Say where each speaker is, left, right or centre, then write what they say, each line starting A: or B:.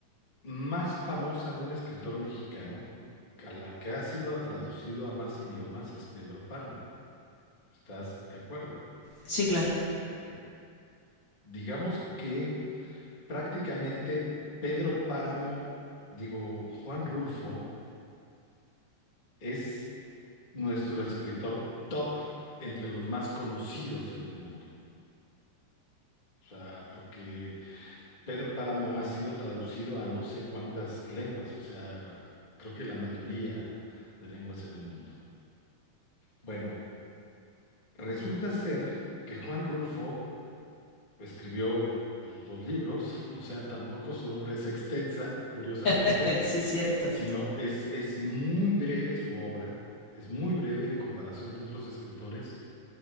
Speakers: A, on the left (about 25°); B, on the left (about 45°).
A: más famosa de un escritor mexicano, a la que ha sido traducido a más idiomas, es Pedro Páramo. ¿Estás de acuerdo?
B: Sí, claro.
A: Bueno, digamos que prácticamente Pedro Páramo, digo, Juan Rulfo, es nuestro escritor top entre los más conocidos en el mundo. O sea, porque Pedro Páramo ha sido traducido a no sé cuántas lenguas, o sea, creo que la mayoría de lenguas en el mundo. Bueno, resulta ser que Juan Rulfo escribió pues, dos libros, <laughs> o sea, tampoco su obra es extensa, curiosamente,
B: <laughs> Sí, es cierto.
A: sino es, es muy breve su obra, es muy breve en comparación de otros escritores.